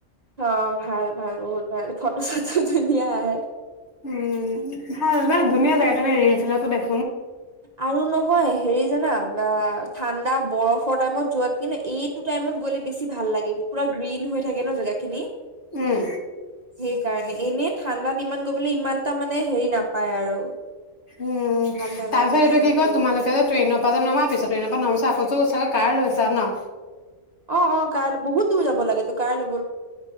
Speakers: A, on the right; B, on the left.
A: অ', ভাল-ভাল বহুত ভাল, ফটো-চটো ধুনীয়া আহে।
B: উম ভাল মানে ধুনীয়া জাগা, আমি ৰিল-চিল তো দেখ
A: আৰু নহয় হেৰি জানা অ ঠাণ্ডা-বৰফৰ টাইমত যোৱাত কে ন এইটো টাইমত গ'লে বেছি ভাল লাগে, পুৰা গ্ৰীণ হৈ থাকে ন জেগা খিনি।
B: উম,
A: সেইকাৰ এনেই ঠাণ্ডাত ইমান গৈ পেলাই ইমানটা মানে হেৰি নাপায় আৰু।
B: উম,
A: ভাল নালাগে
B: তাৰ পিছত এইটো
A: আৰু ইমান
B: কি কয়
A: গৈ
B: তোমালোকে যে টেইনৰ পৰা যে নামা পিছত, ট্ৰেইনৰ পৰা নামা পিছ <unintelligible> কাৰ লৈছা ন।
A: অ'-অ' কাৰ লৈ বহুত দূৰ যাব লাগে তো কাৰ ল'